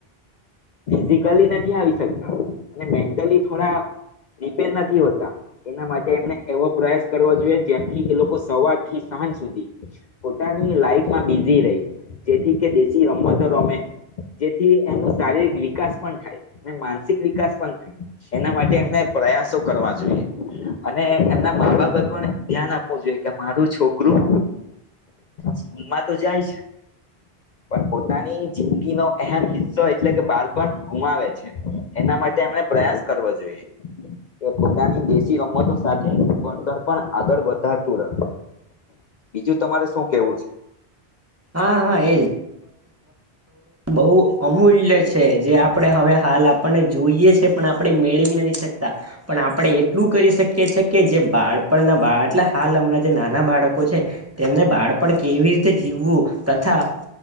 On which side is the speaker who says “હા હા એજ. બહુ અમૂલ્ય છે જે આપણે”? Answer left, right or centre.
Right